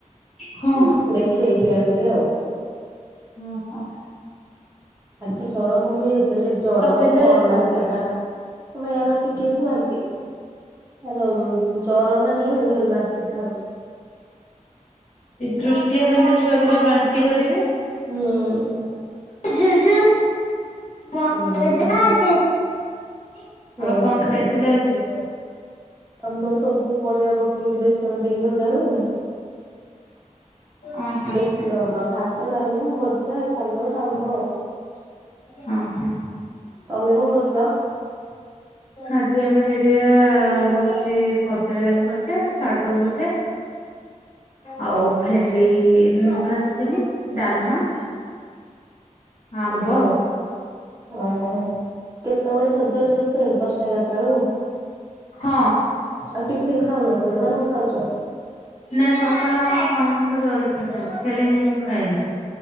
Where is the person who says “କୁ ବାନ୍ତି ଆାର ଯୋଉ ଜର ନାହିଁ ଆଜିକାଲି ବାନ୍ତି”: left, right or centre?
Right